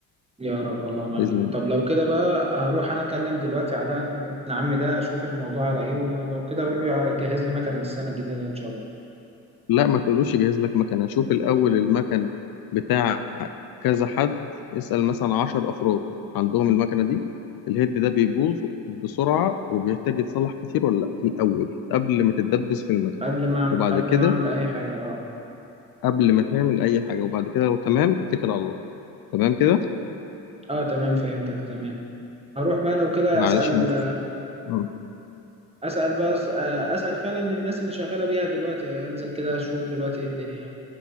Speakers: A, on the right; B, on the left.
A: يا رب اللهم امين
B: بإذن الله
A: طب لو كده بقى هروح انا اكلم دلوقتي على ابن عمي ده اشوف الموضوع على ايه ولو كده اقول له يجهز لي مكنه للسنه الجديده ان شاء الله
B: لا ما تقولوش جهز لك مكنة شوف الأول المكن بتاع كذا حد اسأل مثلا عشر أفراد عندهم المكنة دي الهيد ده بيبوظ بسرعة وبيحتاج يتصلح كتير ولا لأ الأول قبل ما تتدبس في المكنة
A: قبل ما أعم-
B: وبعد
A: قبل
B: كده
A: ما اعمل اي حاجه اه
B: قبل ما تعمل أي حاجة وبعد كده لو تمام اتكل على الله تمام كده
A: اه تمام فهمتك تمام هروح بقى لو كده
B: معلش
A: اسال
B: أنا آه،
A: اسال بس آه، اسال فعلا الناس اللي شغاله بيها دلوقتي يعني انزل كده اشوف دلوقتي ايه الدنيا يعني